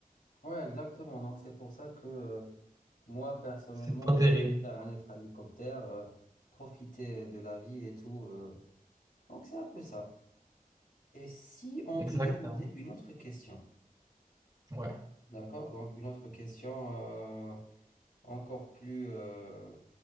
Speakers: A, on the left; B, on the right.
A: Ouais, exactement. Donc, c'est pour ça que euh, moi, personnellement,
B: <laughs> c'est pas
A: je
B: terrible.
A: préfère un être hélicoptère, euh, profiter de la vie et tout. euh. Donc, c'est un peu ça. Et si on
B: Exactement.
A: te demandait une autre question,
B: Ouais.
A: d'accord? Donc, une autre question. euh, encore plus, euh,